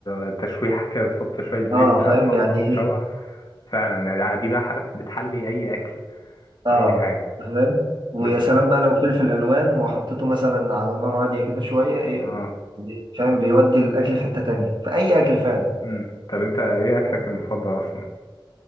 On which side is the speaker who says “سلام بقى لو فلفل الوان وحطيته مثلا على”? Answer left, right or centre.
Right